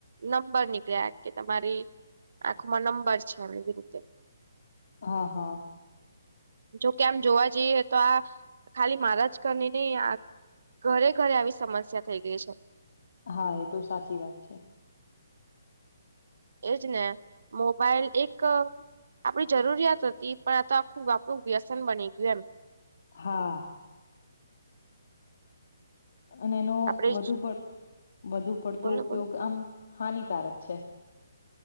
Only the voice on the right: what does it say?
નંબર નીકળ્યા કે તમારી એખ આ નંબર છને બનતે
જોકે આમ જોવા જઈએ તો આ ખાલી મારા જ કરીને નહી ઘરે ઘરે આવી સમસ્યા થઈ ગઈ છે
એજ ને મોબાઈલ એક આપણી જરૂરિયાત હતી પણ આ તો આખું આપણું વ્યસન બની ગયું એમ
આપડે
બોલો
બોલો